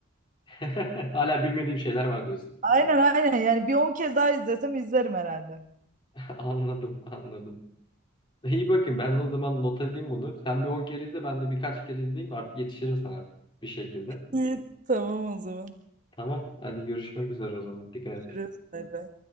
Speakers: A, on the left; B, on the right.
A: <laughs> Hala bilmediğim şeyler var diyorsun.
B: Aynen aynen yani bir 10 kez daha izlesem izlerim herhalde.
A: <laughs> Anladım, anladım. İyi bakın ben o zaman not edeyim bunu. Sen bir 10 kere izle ben de birkaç kere izleyeyim artık yetişirim sana bir şekilde.
B: İyi, tamam o zaman.
A: Tamam hadi görüşmek üzere o zaman. Dikkat
B: Görüşürüz.
A: et.
B: Bay bay.